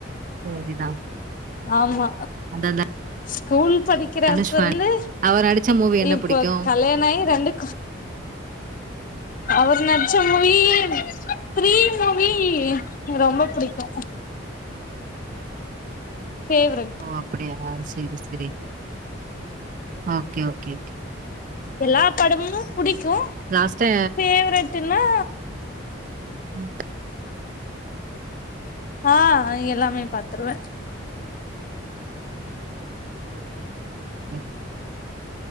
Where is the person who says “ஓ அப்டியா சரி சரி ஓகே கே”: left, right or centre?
Right